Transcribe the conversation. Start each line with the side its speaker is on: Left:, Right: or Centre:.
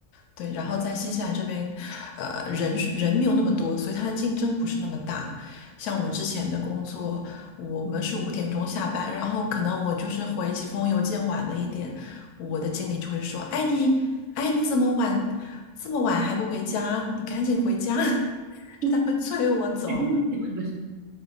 Left: 对，然后在新西兰这边，呃，人是人没有那么多，所以它的竞争不是那么大。像我之前的工作，我们是五点钟下班，然后可能我就是回几封邮件晚了一点，我的经理就会说：“哎你，哎你怎么晚这么晚还不回家？你赶紧回家！” <laughs> 就他会催我走。
Right: 嗯 <laughs> 真的假的？